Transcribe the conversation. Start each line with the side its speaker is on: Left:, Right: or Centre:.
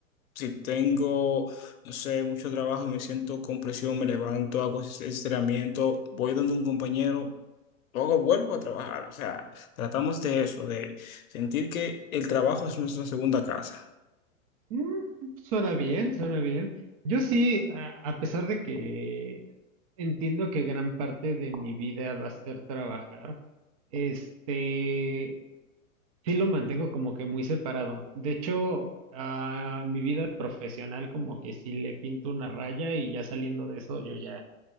Left: si tengo, no sé, mucho trabajo y me siento con presión, me levanto, hago es- estiramiento, voy donde un compañero. Luego vuelvo a trabajar, o sea, tratamos de eso, de sentir que el trabajo es nuestra segunda casa.
Right: Mm, Suena bien, suena bien. Yo sí, a, a pesar de que entiendo que gran parte de mi vida va a ser trabajar, este, sí lo mantengo como que muy separado. De hecho, a mi vida profesional como que sí le pinto una raya y ya saliendo de eso yo ya